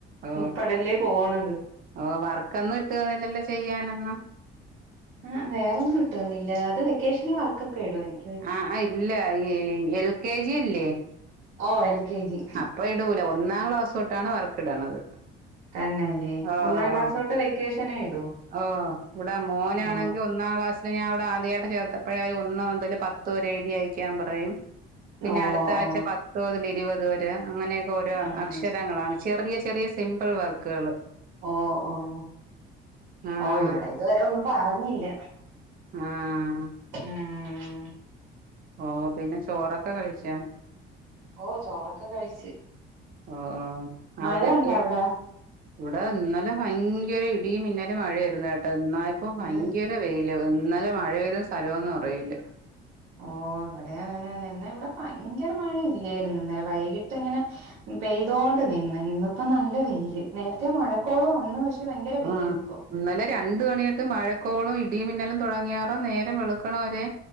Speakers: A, on the right; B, on the right.
A: ഓ
B: ഉപ്പടല്ലേ പോണത്
A: ഓ വർക്കൊന്നും ഇട്ട് തന്നില്ലല്ലോ ചെയ്യാനൊന്നും
B: ആ വേറെൊന്നും ഇട്ട് വന്നില്ല അത് വെക്കേഷന് വർക്കൊക്കെ ഇടു എനി
A: ആഹ് ഇല്ല ഈ എൽ കെ ജി ഇല്ലേ
B: ഓ എൽ കെ ജി
A: ഇപ്പ ഇടൂല ഒന്നാം ക്ലാസ് തൊട്ടാണ് വർക്ക് ഇടണത്
B: തന്നെയല്ലേ
A: ഓ
B: ഒന്നാം ക്ലാസ് തോട്ട് വെക്കേഷനെ ഇടൂ
A: ഓ ഇവിടാ മോനാണെങ്കിൽ
B: ഓ
A: ഒന്നാം ക്ലാസ് പി ഞൻ അവിടെ ആദ്യമായിട്ട് ചേർത്തപ്പോഴേ ഒന്നോ എന്തേലും പത്തോരെ എഴുതി അയക്കാൻ പറയും പിന്നെ
B: ഓ
A: അടുത്ത ആഴ്ച
B: ഓ
A: പത്ത് മുതൽ ഇരുപത് വരെ അങ്ങനെ ഓരോ
B: ഉം
A: അക്ഷരങ്ങളാണ്
B: ഉം
A: ചെറിയ ചെറിയ സിമ്പിൾ വർക്കുകൾ
B: ഓ ഓ ഓ
A: ആഹ്
B: ഓ ഇവിടെ ഇതുവരെ ഒന്നും പറഞ്ഞില്ല
A: ആഹ്
B: ഉം
A: ഓ പിന്നെ ചോറൊക്കെ കഴിച്ചാ
B: ഓ ചോറൊക്കെ കഴിച്ച്
A: ഓ ഓ
B: മഴ
A: അവരൊക്കെ
B: ഉണ്ടോ അവിടെ
A: ഇവിടെ ഇന്നലെ ഭയങ്കര ഇടിയും മിന്നലും മഴയാരുന്നു കേട്ടോ ഇന്നായപ്പം ഇപ്പോ ഭയങ്കര
B: ഉം
A: ര വെയില് ഇന്നലെ മഴ പെയ്ത സ്ഥലമൊന്നും അറിയില്ല
B: ഓ ഇവിടെ അങ്ങനെ തന്നെ എന്നാ ഇവിടെ ഭയങ്കര മഴ ഇല്ലായിരുന്നു അന്നേര വൈകിട്ട് ഇങ്ങനെ പെയ്തോണ്ട് നിന്ന് ഇന്നിപ്പോ നല്ല വെയിയില് നേരത്തെ മഴക്കോളം വന്ന് പക്ഷേ ഭയങ്കര
A: ആഹ്
B: വെയിയിലിപ്പോം
A: ഇന്നലെ രണ്ട് മണിയൊട്ട് മഴക്കോളും ഇടി മിന്നലും തുടങ്ങിയാറോ നേരം വെളുക്കണവരെ